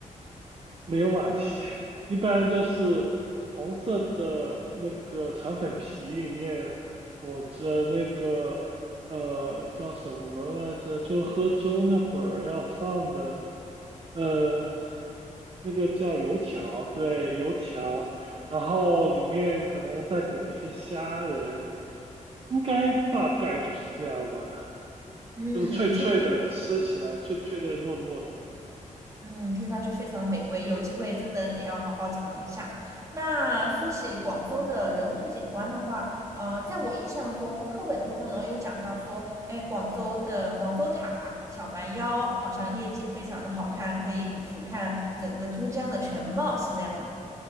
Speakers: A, on the right (about 45°); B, on the right (about 25°).
A: 没有马蹄，一般就是红色的那个肠粉皮里面裹着那个呃叫什么来着？就喝粥那会儿要放的呃那个叫油条，对，油条，然后里面可能再裹一些虾仁，应该大概就是这样吧，
B: 嗯，
A: 就是脆脆的，
B: 听上去
A: 吃起来脆脆的糯糯的。
B: 嗯，听上去非常美味，有机会真的得要好好尝一下。那说起广州的人文景观的话，呃，在我印象中，课本中呢有讲到说，哎，广州的广州塔、小蛮腰好像夜景非常的好看，可以俯瞰整个珠江的全貌，是这样吗？